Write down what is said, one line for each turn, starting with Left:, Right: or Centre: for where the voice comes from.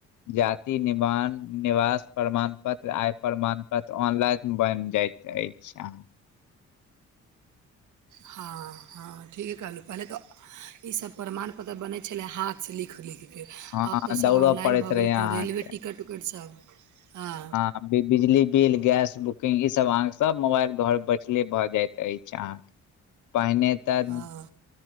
Left: जाति निमाण निवास प्रमाण पत्र आय प्रमाण पत्र तऽ ऑनलाइन बैन जाइत अछि
Right: हँ हँ हँ ठीक कहलहुँ पहिले तऽ ई सब प्रमाण पत्र बनै छलै हाथसँ लिख - लिख केँ
Left: हँ
Right: आब तऽ
Left: दौड़ऽ
Right: सब ऑनलाइन
Left: पड़ैत
Right: भऽ
Left: रहै
Right: गेल
Left: अहाँके
Right: तऽ रेलवे टिकट उकट सब हँ
Left: आ फिर बिजली बिल गैस बुकिंग ई सब अहाँकेँ सब मोबाइल घर बैठले भऽ जायइत अछि अहाँकेँ पहिने तऽ
Right: हँ